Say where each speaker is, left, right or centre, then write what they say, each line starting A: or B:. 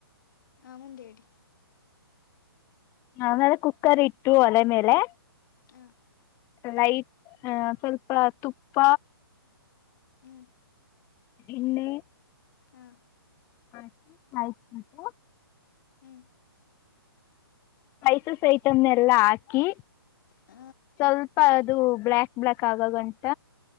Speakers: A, on the left; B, on the left.
A: ಹ ಮುಂದೇಿ
B: ಆಮೇಲೆ ಕುಕ್ಕರ್ ಇಟ್ಟು ಒಲೆ ಮೇಲೆ
A: ಹ
B: ಲೈಟ್ ಆ ಸ್ವಲ್ಪ ತುಪ್ಪ
A: ಹ್ಮ್
B: ಇನ್ನು
A: ಹಾ
B: ಹ ಆಯತ ಮತ
A: ಹ್ಮ್
B: ಸ್ಪೈಸಸ್ ಐಟಮ್ ಎಲ್ಲಾ ಕ
A: ಹ
B: ಸ್ವಲ್ಪ ಅದು ಬ್ಲ್ಲಾಕ್ ಬ್ಲಯಾಕ್ ಕಾಗ ಗಂಟ